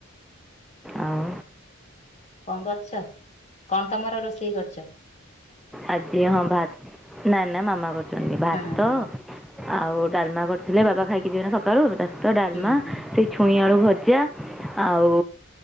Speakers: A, in the centre; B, on the left.
A: ଆଉ
B: କଣ କରୁଛ କଣ ତମର ରୋଷେଇ କରୁଛ।
A: ଆଜି ହଁ ଭାତ ନା ନା ମାମା କରିଛନ୍ତି ଭାତ।
B: ହଁ ହଁ
A: ଆଉ ଡାଲମା କରିଥିଲେ ବାବା ଖାଇକି ଯିବେନା ସକାଳୁ ତା ଡାଲମା
B: ହୁଁ ହୁଁ
A: ସେଇ ଛୁଇଁ ଆଳୁ ଭ ଭଜା ଆଉ